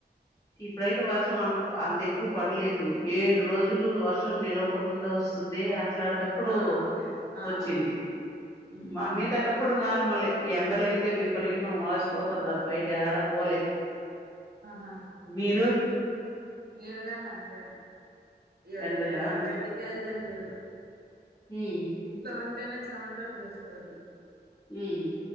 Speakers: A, on the left; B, on the right.
A: ఇప్పుడైతే వర్షం అంత అంత ఎక్కువ పడలేదు ఏడు రోజులు వర్షం నిలవకుండా వస్తుందే అట్లాంటప్పుడు
B: ఆ ఓకే ఆ
A: వచ్చింది
B: ఉహు
A: మా మీతేటప్పుడు నార్మలే ఎండలఅయితే వి పరీతం వాసిపోతారు అది బయట యాడా పోలేదు
B: ఆహా
A: మీరు
B: ఈడగాని అంతే ఇవగ
A: ఎండలా
B: నేతే బయటికి ఎల్లేది లేదు
A: ఉమ్
B: ఇంట్లో ఉం టేనే చెమట వచ్చేస్తది
A: హ్మ్